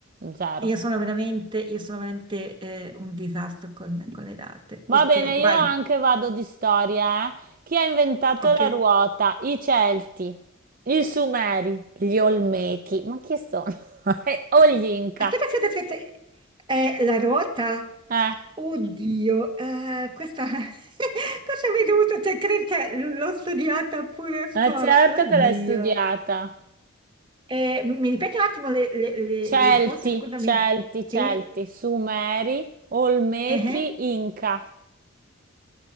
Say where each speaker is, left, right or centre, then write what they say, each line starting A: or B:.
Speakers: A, on the right; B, on the right.
A: Zero.
B: io sono veramente, io sono veramente eh, un disastro con, con le date.
A: Va
B: Ok,
A: bene, io
B: vai,
A: anche vado di storia, eh. Chi ha inventato
B: ok.
A: la ruota? I Celti, i Sumeri, gli Olmechi. Ma chi sono? <laughs> Eh, O gli Inca.
B: Aspetta, aspetta, aspetta. È la ruota?
A: Eh,
B: Oddio, eh, questa... <laughs> cosa mi è dovuto... Cioè, credo che l'ho studiata pure a scuola.
A: ma certo
B: Oddio.
A: che l'hai studiata.
B: Eh, mi ripeti un attimo le, le- le-
A: Celti,
B: le risposte, scusami.
A: Celti, Celti,
B: Sì?
A: Sumeri, Olmechi,
B: Eh, eh.
A: Inca.